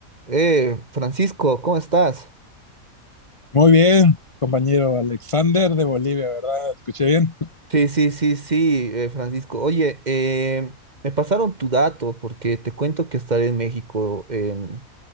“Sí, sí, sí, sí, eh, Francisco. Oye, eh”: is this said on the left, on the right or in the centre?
Right